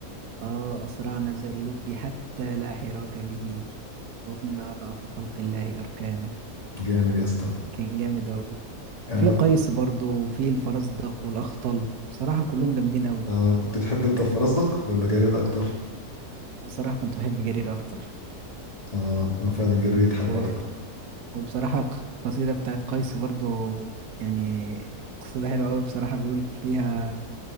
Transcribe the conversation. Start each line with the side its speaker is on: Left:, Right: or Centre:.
Right: اه اسرعنا ذا اللب حتى لا حراك به وكنا اضعف خلق الله اركانا
Left: جامد يا اسطى
Right: كان جامد قوي
Left: آه
Right: في قيس
Left: كنت
Right: برضو في الفرزدق والاخطل بصراحة كلهم جامدين قوي
Left: آه كنت بتحب انت الفرزدق ولا جرير اكتر
Right: بصراحة كنت بحب جرير اكتر
Left: اه هو فعلا جرير يتحب
Right: و...
Left: اكتر
Right: وبصراحة القصيدة بتاعت قيس برضو يعني قصيدة حلوة قوي بصراحة بيقول فيها